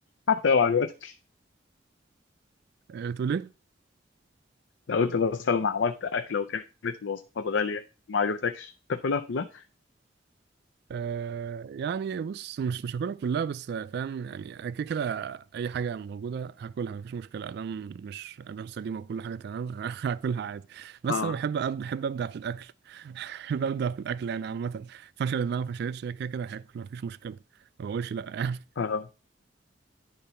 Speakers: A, on the left; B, on the right.
A: حتى لو عجبتك
B: بتقول ايه
A: لو انت مثلا عملت اكله وكانت الوصفات غاليه وما عجبتكش تاكلها كلها
B: آه يعني بص مش مش هاكلها كلها بس آه، فاهم يعني انا كده كده اي حاجه موجوده هاكلها مفيش مشكله ادام مش ادام سليمه وكل حاجه تمام <laughs> هاكلها عادي بس
A: اه
B: انا بحب أب... بحب ابدع في الاكل <laughs> بحب ابدع في الاكل يعني عامه فشلت بقى ما فشلتش هي كده كده هاكل مفيش مشكله ما بقولش لا يعني
A: اه